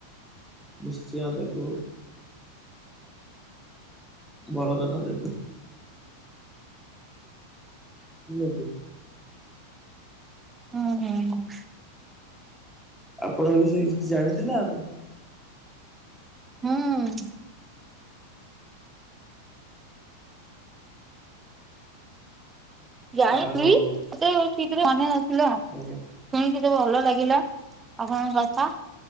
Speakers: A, in the centre; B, on the right.
A: ନିଶ୍ଚୟ ତାକୁ ବର ଦାନ ଦେବି। ଠିକ ଅଛି।
B: ହଁ ହଁ ହଁ।
A: ଆପଣ ଏଇ ବିଷୟରେ କିଛି ଜାଣିଥିଲେ ଆଗରୁ?
B: ହୁଁ। ଜାଣିଚି
A: ଆଉ
B: ଏତେ ଠିକ୍ ରେ ଜାଣି ନଥିଲେ ଆଉ।
A: ଆଜ୍ଞା।
B: ଶୁଣିକି ତ ଭଲ ଲାଗିଲା ଆପଣଙ୍କ କଥା।